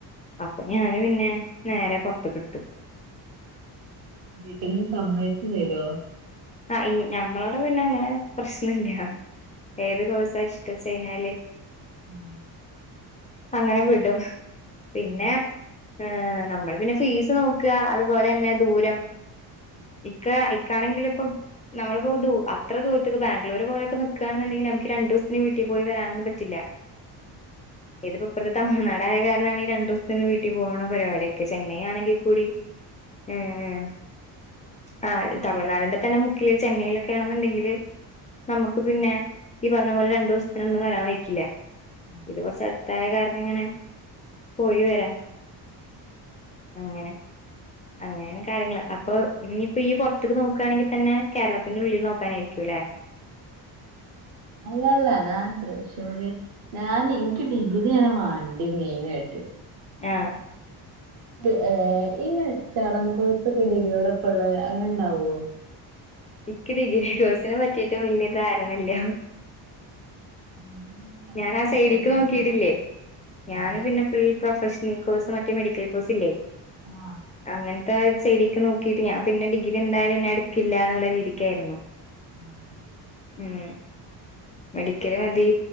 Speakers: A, on the left; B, on the right.
A: അപ്പൊ ഞാന് പിന്നെ നേരെ പൊറത്ത്ക്ക് ഇട്ത്തു
B: വീട്ടിന്ന് സമ്മതിക്കൊം ചെയ്തോ
A: ആഹ് ഇ ഞമ്മളവിടെ പിന്നെ അങ്ങനെ പ്രശ്നല്ല ഏത് കോഴ്സാ ഇഷ്ടച്ച് കഴിഞ്ഞാല്
B: ഉം
A: അങ്ങനെ വിടും പിന്നെ
B: ഉം
A: ഏഹ് നമ്മള് പിന്നെ ഫീസ് നോക്കുക അതുപോലെ തന്നെ ദൂരം ഇക്ക ഇക്കാണെങ്കില് ഇപ്പം നമ്മളിപ്പോ ദൂ അത്ര ദൂരത്തേക്ക് ബാംഗ്ലൂർ പോലക്കെ നിക്കാണെന്നുണ്ടെങ്കില് നമ്മക്ക് രണ്ട് ദിവസത്തിന് വീട്ടിൽ പോയി വരാനൊന്നും പറ്റില്ല <unintelligible> തമിഴ്നാടായ കാരണാണ് ഈ രണ്ട് ദിവസത്തിന് വീട്ടി പോണ പരിപാടിയൊക്കെ ചെന്നൈ ആണെങ്കി കൂടി ഏഹ് ആഹ് ട തമിഴ്നാടിന്റെ തന്നെ മുക്കില് ചെന്നൈയിലൊക്കെ ആണെന്നുണ്ടെങ്കില് നമുക്ക് പിന്നെ ഈ പറഞ്ഞ പോലെ രണ്ടു ദിവസത്തിനൊന്നും വരാൻ പറ്റില്ല
B: ഉം
A: ഇത് കൊറച്ച് അടുത്തായ കാരണം ഇങ്ങനെ പോയി വരാം അങ്ങനെ അങ്ങനേണ് കാര്യങ്ങള് അപ്പൊ ഇനിയിപ്പോ ഈ പൊറത്ത്ക്ക് നോക്കാണെങ്കി തന്നെ കേരളത്തിന്റെ ഉള്ളിൽ നോക്കാനായിരിക്കും അല്ലേ
B: ഹലോ അല്ലല്ല ഞാൻ തൃശൂറ് ഞാൻ എനിക്ക് ഡിഗ്രിയാണ് വാണ്ടിയമെയിനായിട്ട്
A: ആഹ്
B: ഏഹ് ഈ എച് ആർ എം കോഴ്സ് ഒക്കെ ഡിഗ്രിയോടൊപ്പം ഇള്ളത് അങ്ങനെ ഉണ്ടാവോ <inaudible>
A: എനിക്ക് ഡിഗ്രി കോഴ്സിനെ പറ്റിട്ടും വല്യയ ധാരണയില്ല
B: അങ്ങനെ അത്
A: ഞാൻ
B: നോക്കിയാലോ
A: ആ സൈഡിക്ക് നോക്കിയിട്ടില്ലേ
B: വിചാരിക്ക്ണ്ട്
A: ഞൻ
B: ആഹ്
A: പിന്നെ ഫുൾ പ്രൊഫഷ ൽ കോഴ്സ് മറ്റ മെഡിക്കൽ കോഴ്സ് ഇല്ലേ.
B: ആഹ്
A: അങ്ങനത്തെ സൈഡിക്ക് നോക്കിട്ട് ഞാൻ പിന്നെ ഡിഗ്രി എന്തായാലും ഞാൻ എടുക്കില്ല എന്നുള്ള രീതിക്കായിരുന്നു
B: ആഹ്
A: ഉം മെഡിക്കല് മതി